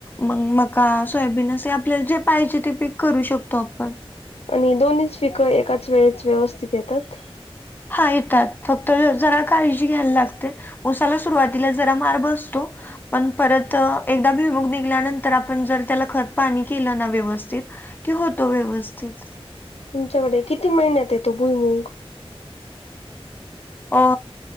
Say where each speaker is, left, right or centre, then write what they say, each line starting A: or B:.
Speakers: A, on the left; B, on the left.
A: मग मका. सोयाबीन असे आपल्याला जे पाहिजे, ते पीक करू शकतो आपण.
B: आणि दोन्हीच पिकं एकाच वेळेच व्यवस्थित येतात
A: हा येतात फक्त जरा काळजी घ्यायला लागते. ऊसाला सुरुवातीला जरा मार बसतो. पण परत एकदा भुईमुग निघल्यानंतर, आपण जर त्याला खत पाणी केलं ना व्यवस्थित. कि होतो व्यवस्थित.
B: तुमच्याकडे किती महिन्यात येतो भुईमुग.
A: अ